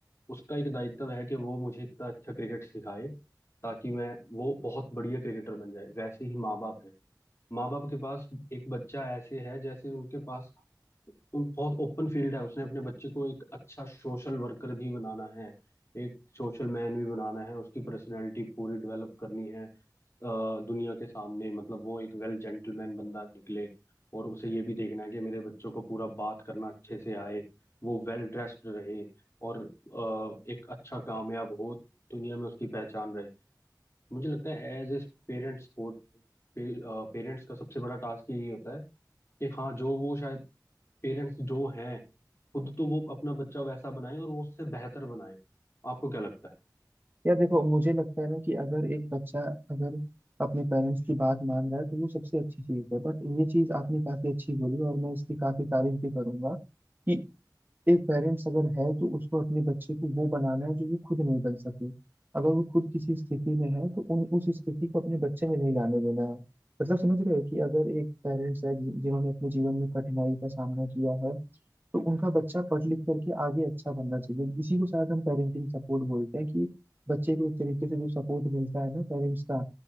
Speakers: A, on the left; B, on the right.
A: उसका एक दायित्व है कि वो मुझे इतना अच्छा क्रिकेट सिखाए ताकि मैं वो बहुत बढ़िया क्रिकेटर बन जाए वैसे ही माँ बाप माँ बाप के पास एक बच्चा ऐसे है जैसे उनके पास उन- बहुत ओपन फील्ड है उसने अपने बच्चे को एक अच्छा सोशल वर्कर भी बनाना है एक सोशल मैन भी बनाना है उसकी पर्सनैलिटी पूरी डेवलप करनी है अ, दुनिया के सामने मतलब वो एक वेल जेंटलमैन बंदा निकले और उसे ये भी देखना है कि मेरे बच्चों को पूरा बात करना अच्छे से आए वो वेल ड्रेस्ड रहे और अ, एक अच्छा कामयाब हो दुनिया में उसकी पहचान रहे मुझे लगता है as a parent support parents का सबसे बड़ा टास्क यही होता है कि हाँ जो वो शायद पेरेंट्स जो हैं खुद तो वो अपना बच्चा वैसा बनाए और वो उससे बेहतर बनाए आपको क्या लगता
B: यार देखो मुझे लगता है ना कि अगर एक बच्चा अगर अपने पेरेंट्स की बात मान रहा है तो वो सबसे अच्छी चीज़ है बट ये चीज़ आपने काफ़ी अच्छी बोली और मैं इसकी काफ़ी तारीफ भी करूंगा कि एक पेरेंट्स अगर है तो उसको अपने बच्चे को वो बनाना है जो वो खुद नहीं बन सके अगर वो खुद किसी स्थिति में है तो उन उस स्थिति को अपने बच्चे में नहीं लाने देना है मतलब समझ रहे हो कि अगर एक पेरेंट्स है जि- जिन्होंने अपने जीवन में कठिनाई का सामना किया है तो उनका बच्चा पढ़ लिख करके आगे अच्छा बनना चाहिए इसी को शायद हम पेरेंटिंग सपोर्ट बोलते हैं कि बच्चे को एक तरीके से जो सपोर्ट मिलता है ना पेरेंट्स का